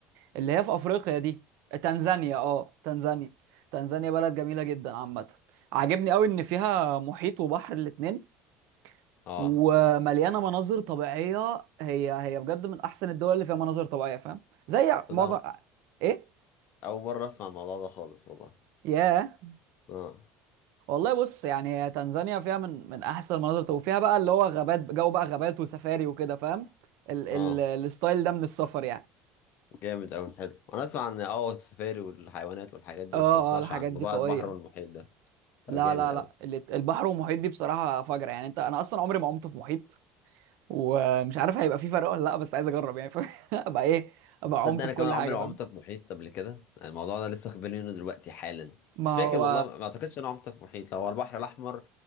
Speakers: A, on the right; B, on the left.
A: اللي هي في افريقيا دي تنزانيا اه تنزانيا تنزانيا بلد جميله جدا عامه عاجبني قوي ان فيها محيط وبحر الاتنين
B: اه
A: ومليانه مناظر طبيعيه هي هي بجد من احسن الدول اللي فيها مناظر طبيعيه فاهم زي
B: تصدق
A: معظم ايه
B: اول مره اسمع الموضوع ده خالص والله
A: ياه
B: اه
A: والله بص يعني هي تنزانيا فيها من من احسن المناظر وفيها بقى اللي هو غابات جو بقى غابات وسفاري وكده فاهم ال ال
B: اه
A: الستايل ده من السفر يعني
B: جامد اوي حلو انا اسمع عن اه السفاري والحيوانات والحاجات دي
A: اه
B: بس ما اسمعش
A: اه الحاجات
B: عن
A: دي
B: موضوع
A: قوية
B: البحر والمحيط ده طب
A: لا
B: جامد
A: لا
B: اوي
A: لا ال- البحر والمحيط دي بصراحة فجرة يعني انت انا اصلا عمري ما عمت في محيط ومش عارف هيبقى في فرق ولا لا بس عايز اجرب يعني <laughs> فاهم؟ ابقى ايه ابقى
B: تصدق
A: عمت
B: انا
A: في
B: كمان
A: كل
B: عمري
A: حاجة
B: ما
A: فاهم
B: عمت في محيط قبل كده يعني الموضوع ده لسه واخد بالي منه دلوقتي حالا
A: ما
B: مش فاكر
A: هو
B: والله ما ما اعتقدش ان انا عمت في محيط لو هو البحر الاحمر